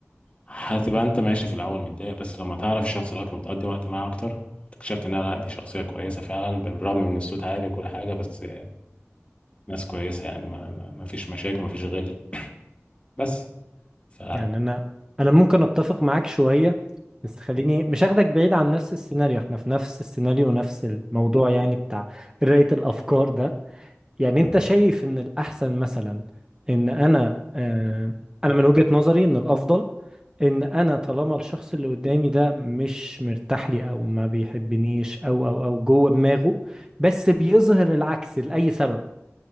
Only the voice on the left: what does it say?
هتبقى انت ماشي في الاول متضايق بس لما تعرف الشخص ده اكتر وتقضي وقت معاه اكتر اكتشفت انها لا دي شخصيه كويسه فعلا بالرغم من الصوت عالي وكل حاجه بس ناس كويسه يعني ما, ما ما فيش مشاكل ما فيش غل بس ف
مم.